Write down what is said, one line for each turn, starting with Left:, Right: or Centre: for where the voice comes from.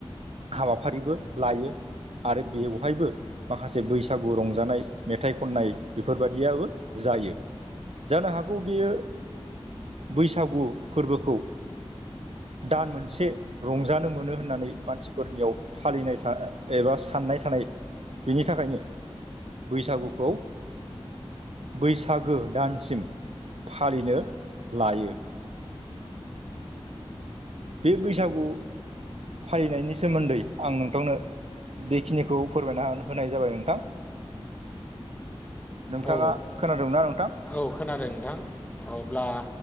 Right: हाबाफारिबो लायो आरो बेवहायबो माखासे बैसागु रंजानाय मेथाइ खननाय बेफोरबायदियाबो जायो। जानो हागौ बेयो बैसागु फोरबोखौ दान मोनसे रंजानो मोनो होननानै मानसिफोरनियाव फालिनाय था एबा साननाय थानाय बिनि थाखायनो बैसागुखौ बैसा सागो दानसिम फालिनो लायो। बे बैसागु फालिनायनि सोमोन्दै आं नोंथांनो बेखिनिखौ फोरमायना होनाय जाबाय नोंथां। नोंथाङा
Left: औ
Right: खोनादोंना नोंथां
Left: औ खोनादों नोंथां। अ अब्ला